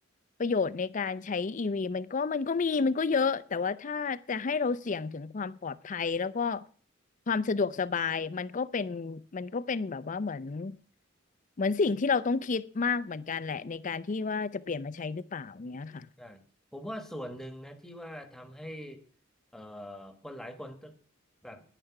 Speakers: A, on the left; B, in the centre.
A: ประโยชน์ในการใช้อีวีมันก็มันก็มีมันก็เยอะแต่ว่าถ้าจะให้เราเสี่ยงถึงความปลอดภัยแล้วก็ความสะดวกสบายมันก็เป็นมันก็เป็นแบบว่าเหมือนเหมือนสิ่งที่เราต้องคิดมากเหมือนกันแหละในการที่ว่าจะเปลี่ยนมาใช้หรือเปล่าเนี้ยค่ะ
B: ใช่ผมว่าส่วนหนึ่งนะที่ว่าทำให้เอ่อคนหลายคนแบบ